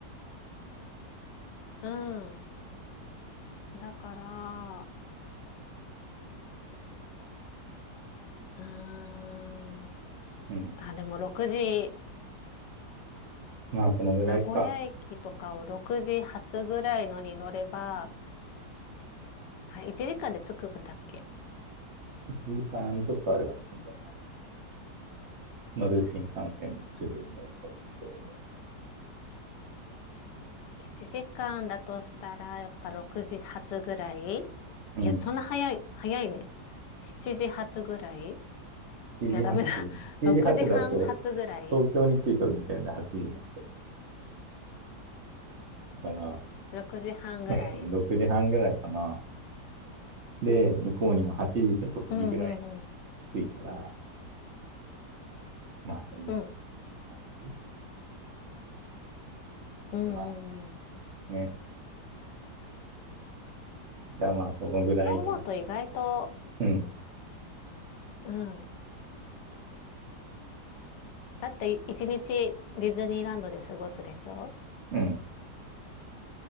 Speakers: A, on the left (about 80°); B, on the right (about 50°).
A: うん。だから、うーん。
B: うん。
A: あ、でも6時、
B: まあそのぐらいか。
A: 名古屋駅とかを6時発ぐらいのに乗れば、あ、1時間で着くんだっけ
B: 1時間ちょっとあれば着くんじゃない乗る新幹線の種類によると思うんですけど。
A: ?1 時間だとしたら、やっぱ6時発ぐらい
B: うん。
A: いや、そんな早い、早いね。7時発ぐらいい
B: 7時発、
A: や、ダメだ。<laughs>
B: 7時発だと、
A: 6時半発ぐらい
B: 東京に着いた時点で8時になっちゃうから、
A: ?6 時半ぐらい
B: うん、6時半ぐらいかな。で、向こうにも8時ちょっと過ぎぐらいに
A: うん、うん、うん。
B: 着いたら、まあいいんじゃないっていう感じ
A: うんうんうん
B: かな。ね。じゃあまあそのぐらいの、
A: 発音ボート意外と、
B: うん、
A: うん。だって一日ディズニーランドで過ごすでしょ
B: うん。